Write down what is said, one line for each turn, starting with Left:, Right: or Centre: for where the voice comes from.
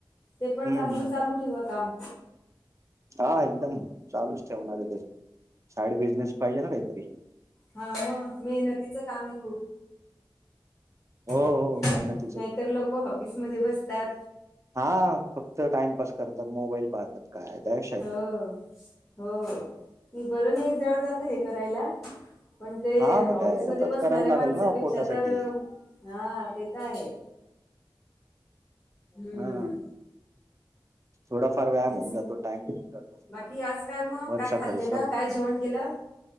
Left: ते पण
Right: हम्म
Left: चांगलं चालू ठेवा काम.
Right: हा एकदम चालूच ठेवणारे ते साईड बिझनेस पाहिजे ना काहीतरी.
Left: हा मग मेहनतीचं काम आहे खूप.
Right: हो
Left: नाहीतर
Right: हो मेहनतीच
Left: लोक ऑफिस मध्ये बसतात
Right: हा फक्त टाइमपास करतात मोबाईल पाहतात. काय काय
Left: हो हो ती बरं नाही जड जात हे करायला पण ते
Right: हा मग काय
Left: ऑफिसमध्ये
Right: आता
Left: बसणाऱ्या
Right: करायला लागेल
Left: माणसापेक्षा
Right: ना पोटासाठी
Left: तर हा हे काय आहे हम्म
Right: हा थोडाफार व्यायाम
Left: तेच
Right: होऊन जातो टाइम घेऊन जातो
Left: बाकी आज काय मग
Right: वरचा
Left: काय खाल्लेलं
Right: खर्च
Left: काय जेवण केलं